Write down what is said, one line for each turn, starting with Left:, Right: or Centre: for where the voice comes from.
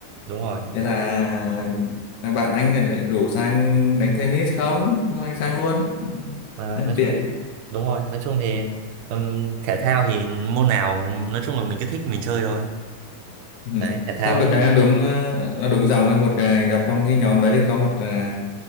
Right: đúng rồi
Left: thế là à, thằng bạn anh này lại rủ sang đánh tennis không thôi anh sang luôn
Right: à,
Left: đang
Right: nói
Left: tiện
Right: chung đúng rồi nói chung thì ừm, thể thao thì môn nào nói chung là mình cứ thích thì mình chơi thôi
Left: ừ.
Right: đấy thể thao
Left: không được
Right: đúng không?
Left: cái nó đúng à, nó đúng dòng với một à, gặp trong cái nhóm đấy có một à,